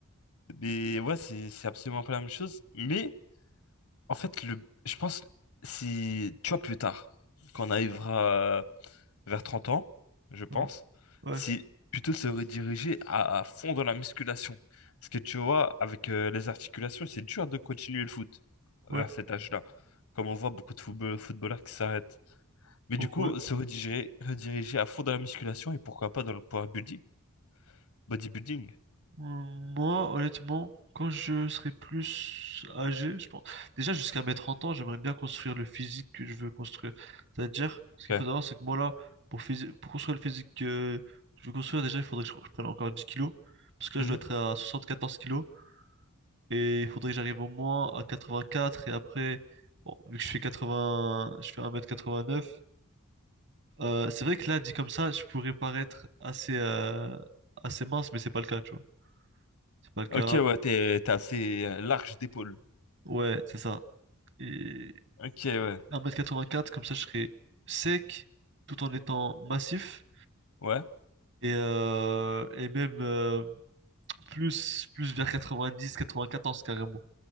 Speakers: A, on the left (about 80°); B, on the right (about 55°).
A: Mais ouais, c'est c'est absolument pas la même chose. Mais En fait, le, je pense, si, tu vois, plus tard, quand on arrivera euh, vers 30 ans, je pense,
B: Ouais. Ouais.
A: si plutôt se rediriger à, à fond dans la musculation. Parce que tu vois, avec euh, les articulations, c'est dur de continuer le foot
B: Ouais.
A: vers cet âge-là. Comme on voit beaucoup de football- footballeurs qui s'arrêtent. Mais
B: Oh,
A: du coup,
B: ouais.
A: se rediriger, rediriger à fond dans la musculation et pourquoi pas dans le power building, bodybuilding.
B: Hum, Moi, honnêtement, quand je serai plus âgé, je pense. Déjà, jusqu'à mes 30 ans, j'aimerais bien construire le physique que je veux construire. C'est-à-dire,
A: Ok,
B: ce qu'il faut savoir, c'est que moi, là, pour, physi- pour construire le physique que je veux construire, déjà, il faudrait que je je prenne encore 10 kilos. Parce que là,
A: Mhm.
B: je dois être à quatorze kilos. Et il faudrait que j'arrive au moins à 84. Et après, bon, vu que je fais 80, je fais 1m89. euh, c'est vrai que là, dit comme ça, je pourrais paraître assez, euh, assez mince, mais c'est pas le cas, tu vois. C'est pas le cas.
A: Ok, ouais, t'es, t'es assez euh, large d'épaule.
B: Ouais, c'est ça. Et
A: Ok, ouais.
B: 1m84, comme ça, je serais sec, tout en étant massif.
A: Ouais,
B: Et, euh, et même euh, plus, plus vers 90, 94 carrément.